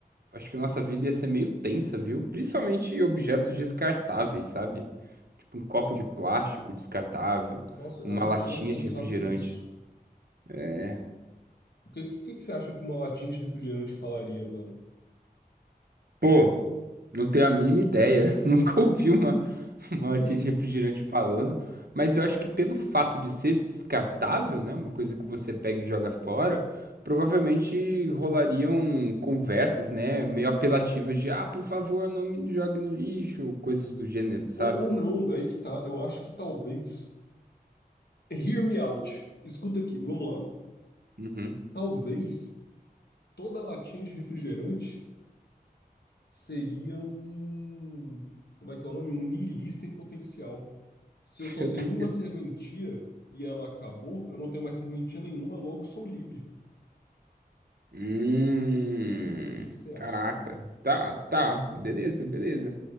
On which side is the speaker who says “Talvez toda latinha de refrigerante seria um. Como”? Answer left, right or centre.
Left